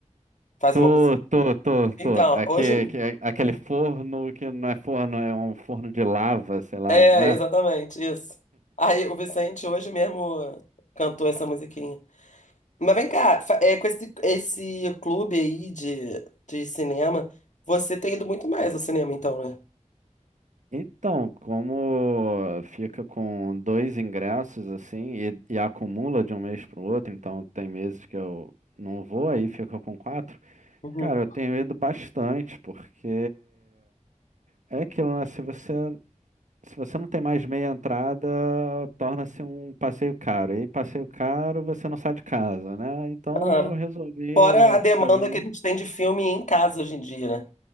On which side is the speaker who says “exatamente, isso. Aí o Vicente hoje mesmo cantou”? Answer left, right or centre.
Left